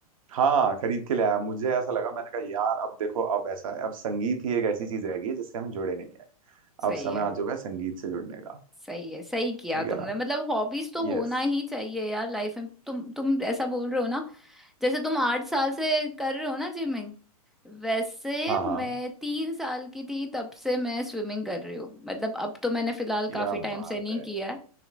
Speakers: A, on the right; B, in the centre.
A: हाँ खरीद के ले आया मुझे ऐसा लगा मैंने कहा यार अब देखो अब ऐसा है अब संगीत ही एक ऐसी चीज रह गई है जिससे हम जुड़े नहीं है अब
B: सही
A: समय
B: है
A: आ चुका है संगीत से जुड़ने का
B: सही है सही किया
A: ठीक
B: तुमने
A: है ना
B: मतलब हॉबीज तो
A: यस
B: होना ही चाहिए यार लाइफ में तुम तुम ऐसा बोल रहे हो ना जैसे तुम आठ साल से कर रहे हो ना जिमिंग वैसे
A: हाँ
B: मैं
A: हाँ
B: तीन साल की थी तब से मैं स्विमिंग कर रही हूँ मतलब अब तो मैंने फिलहाल
A: क्या
B: काफी टाइम
A: बात
B: से नहीं
A: है
B: किया है